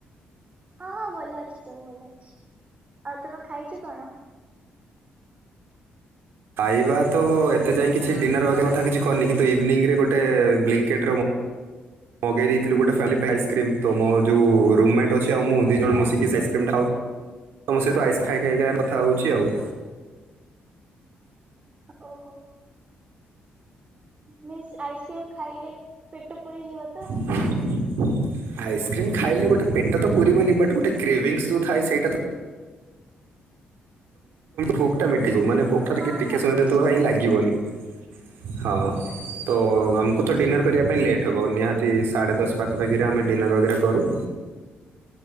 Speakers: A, on the right; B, on the right.
A: ହଁ ହଁ ଭଲ ଅଛି ସବୁ ଭଲ ଅଛି ଆଉ ତୁମେ ଖାଇଛ କଣ?
B: ଖାଇବା ତ ଏତେ ଯାଏ କିଛି ଡିନର ବଗେରା କିଛି କରିନି କିନ୍ତୁ ଇଭିନିଂରେ ଗୋଟେ ବ୍ଲିଁଙ୍କିଟର ମ ମଗେଇ ଦେଇଥିଲୁ ଗୋଟେ ଫ୍ୟାମିଲିପ୍ୟାକ ଆଇସ୍କ୍ରିମ ତ ମୋ ଯୋଉ ରୁମମେଟ ଅଛି ଆଉଁ ମୁଁ ଦି ଜଣ ମିଶିକି ସେ ଆଇସକ୍ରିମ୍ ଖାଉ ତମ ସହିତ ଆଇସ୍ ଖାଇ ଖାଇକା କଥା ହଉଛି ଆଉ।
A: ଓହୋ। ମିନ୍ସ ଆଇସ୍କ୍ରିମ ଖାଇଲେ ପେଟ ପୁରିଯିବ ତ?
B: ଆଇସ୍କ୍ରିମ୍ ଖାଇଲେ ଗୋଟେ ପେଟ ତ ପୁରିବନି ବଟ୍ ଗୋଟେ କ୍ରେଭିଙ୍ଗଶ୍ ଯୋଉ ଥାଏ ସେଇଟା ତ ଭୋକ୍ ଟା ମିଟିଯିବ ମାନେ ଭୋକଟା
A: ହଁ
B: ଟିକ ଟିକେ
A: ହଁ
B: ସମୟ
A: ବୁଝିଲି
B: ପାଇଁ ଲାଗି ଗିବନି ହଁ ତ
A: ହଁ ହଁ
B: ଆମକୁ
A: ବୁଝିଲି
B: ତ ଡିନର କରିଆ ପାଇଁ ଲେଟ୍ ହେବ ନିହାତି ସାଢ଼େ ଦଶ ପାଖାପାଖିରେ ଆମେ ଡିନର୍ ବଗେରା କରୁ।